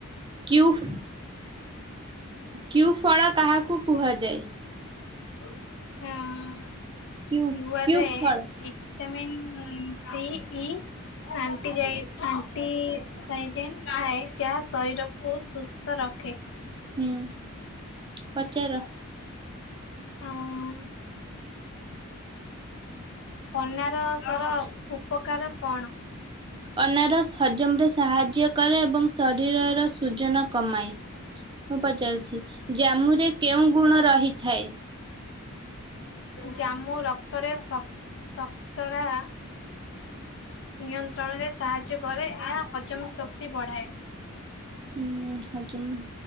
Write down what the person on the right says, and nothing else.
କ୍ୟୁଫ୍ କ୍ୟୁ ଫଳ କାହାକୁ କୁହାଯାଏ?
କ୍ୟୁ
କ୍ୟୁ ଫଳ
ହୁଁ।
ପଚାର।
ଅନାରସ ହଜମରେ ସାହାଯ୍ୟ କରେ ଏବଂ ଶରୀରର ସୁଜନ କମାଏ ମୁଁ ପଚାରୁଛି ଜାମୁରେ କେଉଁ ଗୁଣ ରହିଥାଏ।
ହୁଁ। ହଜମ